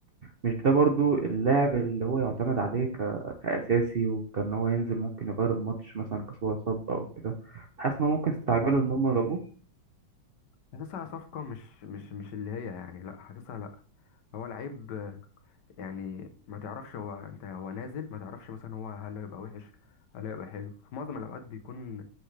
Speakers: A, on the right; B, on the left.
A: مش ده برضه اللاعب اللي هو يعتمد عليه ك... كأساسي وكان هو ينزل ممكن يغير الماتش مثلا كسوة اتصاب او كده حاسس ان هم ممكن استعجلوا ان هم جابوه
B: حاسسها صفقة مش مش مش اللي هي يعني لأ حاسسها لأ هو لعيب يعني ما تعرفش هو انت هو نازل ما تعرفش مثلا هو هل هيبقى وحش هل هيبقى حلو في معظم الاوقات بيكون